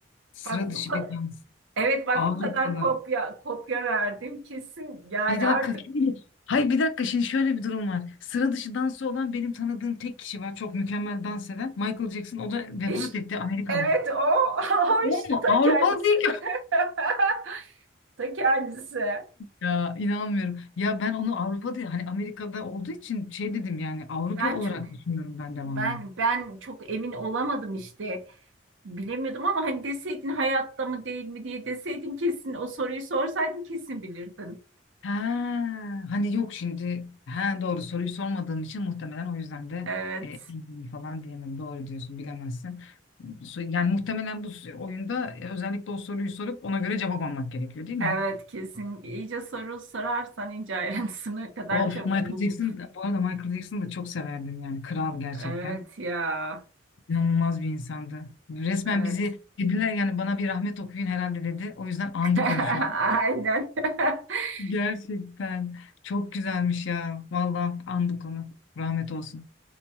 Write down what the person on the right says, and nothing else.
Bak bu
kadar,
evet bak
bu kadar kopya kopya verdim kesin yani
artık
iş
evet o <laughs> o
işte
ta
kendisi
<laughs> ta kendisi.
Ben
çok
Ben ben çok emin olamadım işte. Bilemiyordum ama hani deseydin hayatta mı değil mi diye deseydin kesin o soruyu sorsaydın kesin bilirdin.
Evet,
evet kesin. İyice soru sorarsan ince ayrıntısına <laughs> kadar
çabuk
bul.
Evet ya.
Evet.
<laughs>
Aynen. <laughs>